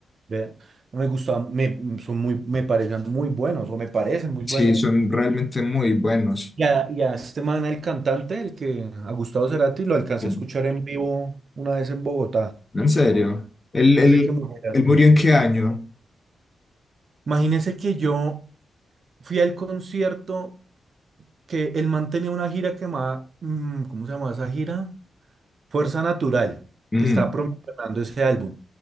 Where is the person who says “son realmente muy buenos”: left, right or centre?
Left